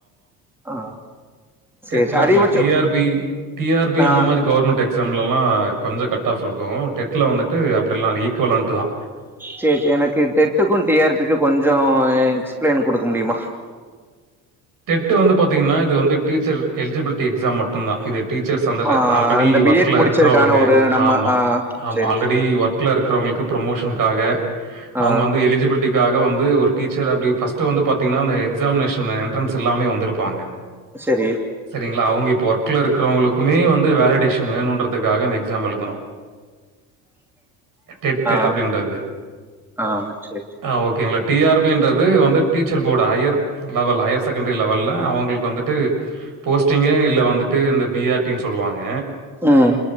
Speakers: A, in the centre; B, on the right.
A: ஆ சேரி
B: டெட்ல்ல
A: சே அதிகபட்சம்
B: அப்டி இல்ல டீ R B T R B
A: ஆ
B: அந்த மாரி கவர்மெண்ட் எக்ஸ் எக்ஸாம்லல்லா கொஞ்சோ கட் ஆஃப் இருக்கு டெட்ல வந்துட்டு அப்டில்லா ஈக்குவல் அன்ட்டு தா
A: சேர் சே எனக்கு டெட்டுக்கு டி ஆர் பி க்கு கொஞ்சோ எக்ஸ்பிளைன் குடுக்க முடியுமா
B: டெட்டு வந்து பாத்தீங்கன்னா இது வந்து டீச்சர் எலிஜிபிலிட்டி எக்ஸாம் மட்டுந்தா இது டீச்சர்ஸ் அந்தல
A: ஆ
B: ஆல்ரெடி
A: இந்த பி
B: ஒர்க்ல
A: எட் முடிச்சதுக்கான
B: இருக்கிறவங்க
A: ஒரு நம்ம
B: ஆமா
A: ஆ
B: ஆமா
A: சேரி
B: ஆல்ரெடி
A: சேரி
B: ஒர்க்ல இருக்கிறவங்களுக்கு ப்ரமோஷன்க்காக
A: ஆ
B: அவுங்க வந்து எலிஜிபில் லிட்டிக்காக வந்து ஒரு டீச்சர் அப்டி ஃபஸ்ட்டு வந்து பாத்தீங்கன்னா அந்த எக்ஸாமினேஷனு என்ட்ரன்ஸ் இல்லாமே வந்துருப்பாங்க
A: செரி
B: சரிங்ளா அவங்க இப்ப ஒர்க்ல இருக்கறவங்களுக்குமே வந்து வேலிடேஷன் வேணுன்றதுக்காக அந்த எக்ஸாம் எழுதணு டெட்டு
A: ஆ
B: அப்டின்றது
A: ஆ சேரி
B: ஆ ஓகேங்ளா டி ஆர் பி ன்றது வந்து teacher board higher level highest secondary லெவல்ல அவங்களுக்கு வந்துட்டு போஸ்டிங்கே இல்ல வந்துட்டு இந்த பிஆர் டின்னு சொல்லுவாங்க
A: ம்